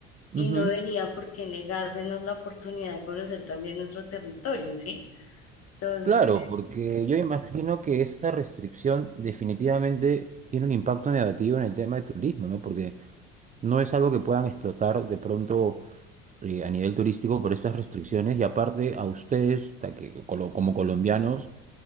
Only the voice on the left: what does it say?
y
no debería por qué negársenos la oportunidad de conocer también nuestro territorio, ¿sí? Entonces,